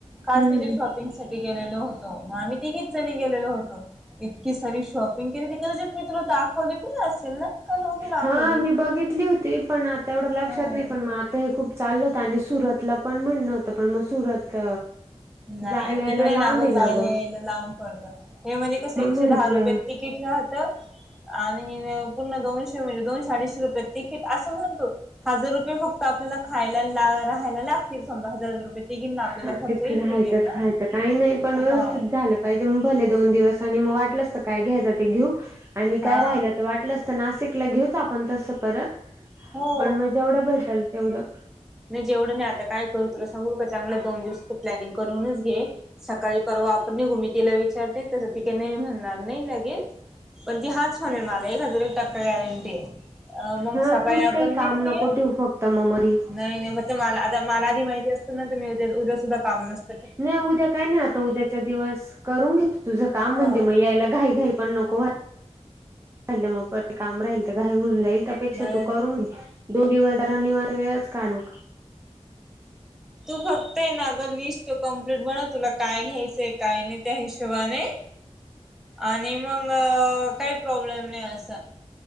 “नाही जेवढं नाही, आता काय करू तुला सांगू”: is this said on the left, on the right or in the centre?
Centre